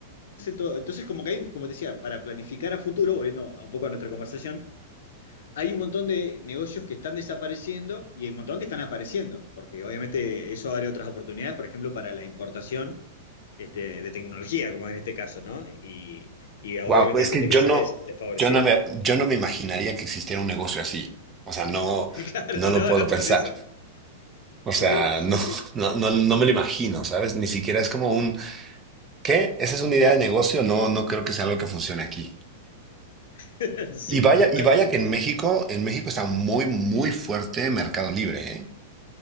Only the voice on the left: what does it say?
hace todo, entonces como que hay, como te decía, para planificar a futuro, volviendo a un poco a nuestra conversación, hay un montón de negocios que están desapareciendo y hay un montón que están apareciendo, porque obviamente eso abre otras oportunidades, por ejemplo, para la importación este, de tecnología, como en este caso, ¿no? Y, y obviamente
hay gente
que sale
des- desfavorecida.
<laughs>
Claro,
no,
no,
por eso.
Sí, sí,
sí. Sí,
<laughs> Sí,
totalmente.